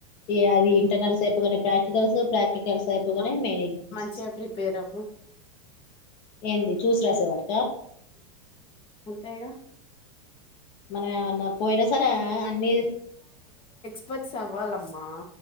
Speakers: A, on the left; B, on the left.
A: ఏ అది ఇంటర్నల్ అయిపోతానే ప్రాక్టికల్స్ ప్ర క్లస్ అయిపో గానే
B: మ
A: మెయిన్ ఎగ్జామ్స్
B: మంచిగా ప్రిపేర్ అవ్వు
A: ఏంది చూసి రాసేవారు
B: అంతేగా
A: మన న్న పోయినా సరీ అన్ని
B: ముప్పతి సవ్వాలమ్మా